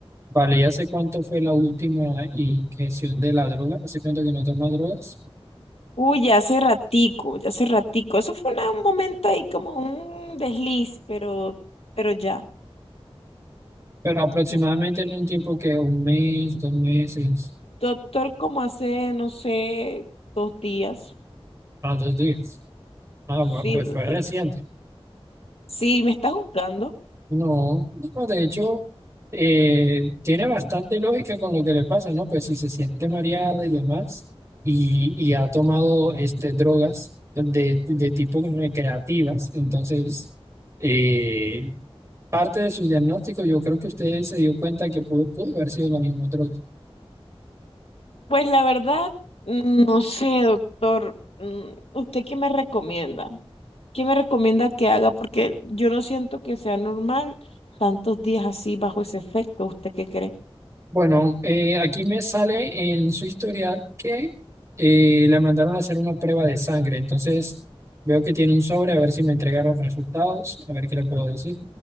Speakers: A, on the right; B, on the left.
A: Vale, ya sé cuánto fue la última inyección de la droga, ese cuento que no toma drogas,
B: Uy, ya hace ratico, ya hace ratico. Eso fue una- un momento ahí como un desliz, pero, pero ya,
A: pero aproximadamente
B: no.
A: en un tiempo que un mes, dos meses,
B: Doctor, como hace, no sé, dos días.
A: a dos días. Ah, va-
B: Sí,
A: pues
B: dos
A: fue reciente.
B: días. Sí, me está juzgando.
A: No, no, de hecho, eh, tiene bastante lógica con lo que le pasa, ¿no? Pues si se siente mareada y demás, y, y ha tomado este, drogas de, de tipo recreativas, entonces eh, parte de su diagnóstico, yo creo que usted se dio cuenta que pudo, pudo haber sido la misma droga.
B: Pues la verdad, mm, no sé, doctor. Mm, ¿Usted qué me recomienda? ¿Qué me recomienda que haga? Porque yo no siento que sea normal tantos días así bajo ese efecto. ¿Usted qué cree?
A: Bueno, eh, aquí me sale en su historial que eh, le mandaron a hacer una prueba de sangre. Entonces, veo que tiene un sobre, a ver si me entregaron los resultados, a ver qué le puedo decir.